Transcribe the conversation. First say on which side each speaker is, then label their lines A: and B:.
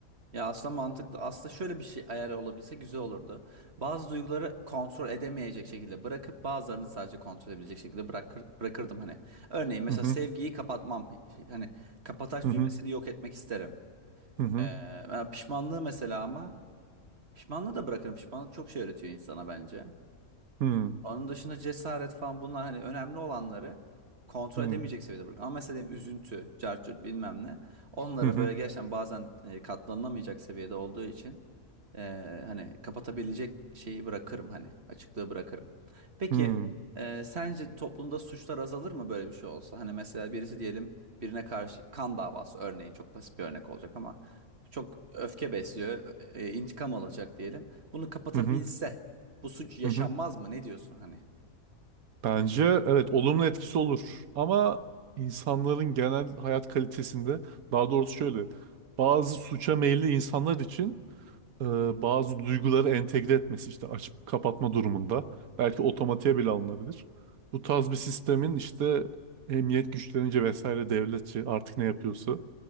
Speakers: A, on the right (about 50°); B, on the right (about 85°).
A: Ya aslında mantıklı. Aslında şöyle bir şey ayar olabilse güzel olurdu. Bazı duyguları kontrol edemeyecek şekilde bırakıp bazılarını sadece kontrol edebilecek şekilde bırakır, bırakırdım hani. Örneğin mesela
B: Hı hı
A: sevgiyi kapatmam. Hani kapataç
B: hı
A: düğmesini yok etmek isterim.
B: hı hı
A: Ee, ben pişmanlığı mesela ama pişmanlığı da bırakırım. Pişmanlık çok şey öğretiyor insana bence.
B: hı
A: Onun dışında cesaret falan bunlar hani önemli olanları kontrol
B: hı
A: edemeyecek seviyede bırak. Ama mesela diyelim üzüntü, cartçurt bilmem ne. Onları
B: hı hı
A: böyle
B: hı
A: gerçekten bazen e, katlanılamayacak seviyede olduğu için e, hani kapatabilecek şeyi bırakırım hani açıklığı bırakırım. Peki
B: hı hı
A: e, sence toplumda suçlar azalır mı böyle bir şey olsa? Hani mesela birisi diyelim birine karşı kan davası örneğin çok basit bir örnek olacak ama çok öfke besliyor, e, e, intikam alacak diyelim. Bunu kapatabilse
B: hı hı
A: bu suç yaşanmaz
B: hı hı.
A: mı? Ne diyorsun hani?
B: Bence evet olumlu etkisi olur ama insanların genel hayat kalitesinde daha doğrusu şöyle bazı suça meyilli insanlar için e, bazı duyguları entegre etmesi işte açıp kapatma durumunda belki otomatiğe bile alınabilir. Bu tarz bir sistemin işte emniyet güçlerince vesaire devletçi artık ne yapıyorsa